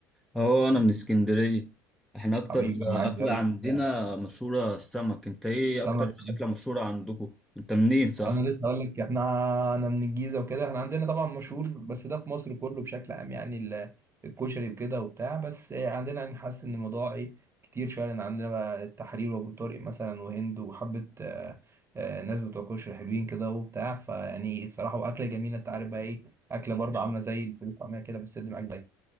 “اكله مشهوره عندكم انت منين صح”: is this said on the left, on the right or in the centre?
Centre